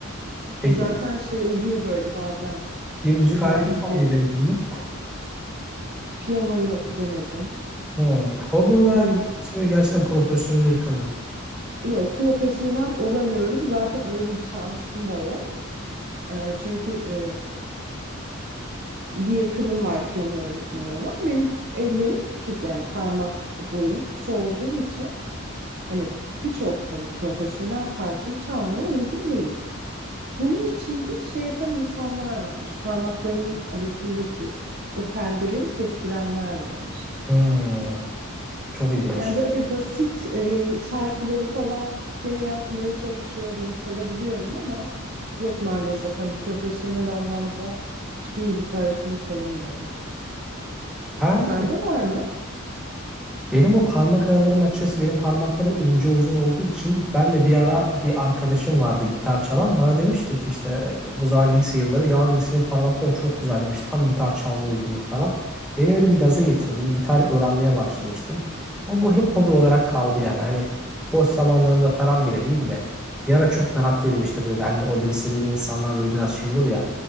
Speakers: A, in the centre; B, on the right.
A: Peki
B: Zaten şey oluyor böyle bazen
A: bir müzik
B: özellikle
A: aleti çalmayı denedin mi?
B: piyanoyu denedim.
A: Hmm. Hobi olarak
B: Hani
A: yoksa böyle gerçekten profesyonele yıkılma.
B: yok profesyonel olamıyorum. Zaten öyle bir şansım da yok. Ee, çünkü e, bir yakınım var piyano öğretmeni olan. Benim ellerim küçük yani parmak boyum kısa olduğu için hani birçok hani profesyonel parçayı çalmaya uygun değil. Bunun içinde şey yapan insanlar varmış. Parmaklarının arasındaki o perdeleri kestirenler varmış.
A: Hmm. Çok ilginç.
B: Yani böyle basit e, şarkıları falan gene yapmaya çalışıyorum, çalabiliyorum ama yok maalesef hani profesyonel anlamda hiçbir müzik aletini çalamıyorum.
A: Ben
B: Sende var mı?
A: Benim o parmak aralarım açıkçası benim parmaklarım ince uzun olduğu için ben de bir ara bir arkadaşım vardı gitar çalan bana demişti ki işte e, bu zaman lise yılları ya dedi senin parmakların çok güzel demiş tam gitar çalmaya uygunluk falan. Beni öyle bir gaza getirdi bir gitar öğrenmeye başlamıştım ama bu hep hobi olarak kaldı yani hani boş zamanlarımda falan bile değil de bir ara çok meraklıydım işte böyle hani o liseli insanlar böyle biraz şey olur ya